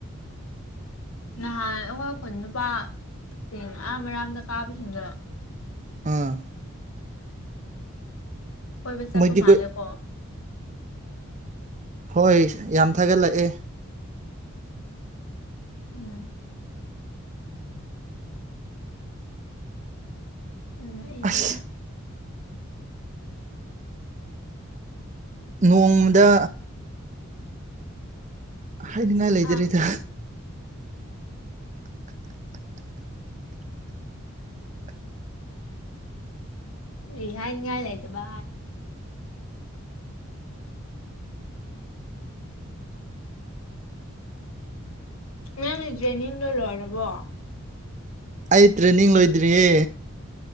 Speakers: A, on the left; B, on the right.
A: ꯅꯍꯥꯟ ꯑꯩꯈꯣꯏ ꯑꯩꯈꯣꯏ ꯅꯨꯄꯥꯁꯤꯡ ꯑꯔꯥꯝ ꯑꯔꯥꯝꯗ ꯀꯥꯕꯁꯤꯡꯗꯣ
B: ꯎꯝ
A: ꯍꯣꯏꯕ ꯆꯥꯄꯣ
B: ꯃꯣꯏꯗꯤ
A: ꯃꯥꯜꯦꯀꯣ
B: ꯀꯣꯏ ꯍꯣꯏ ꯌꯥꯝ ꯊꯥꯒꯠꯂꯛꯑꯦ
A: ꯎꯝ ꯎꯝ ꯏꯗꯦꯅꯦ
B: ꯑꯁ ꯅꯣꯡꯃꯗ ꯍꯥꯏꯅꯤꯡꯉꯥꯏ ꯂꯩꯖꯔꯤꯦꯗ
A: ꯍꯥ
B: <unintelligible>
A: ꯔꯤꯍꯥꯏ ꯅꯤꯡꯅꯤꯉꯥꯏ ꯂꯩꯇꯕꯣ ꯅꯪꯅ ꯗ꯭ꯔꯦꯅꯤꯡꯗꯣ ꯂꯣꯏꯔꯕꯣ
B: ꯑꯩ ꯇ꯭ꯔꯦꯅꯤꯡ ꯂꯣꯏꯗ꯭ꯔꯤꯌꯦ